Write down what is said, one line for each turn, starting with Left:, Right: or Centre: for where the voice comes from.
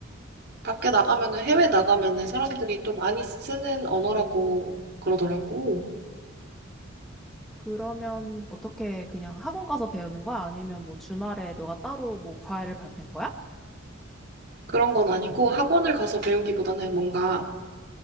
Right: 밖에 나가면은, 해외 나가면은 사람들이 또 많이 쓰는 언어라고 그러더라고.
Centre: 그러면 어떻게 그냥 학원 가서 배우는 거야? 아니면 뭐 주말에 너가 따로 뭐 과외를 받는 거야?
Right: 그런 건 아니고 학원을 가서 배우기보다는 뭔가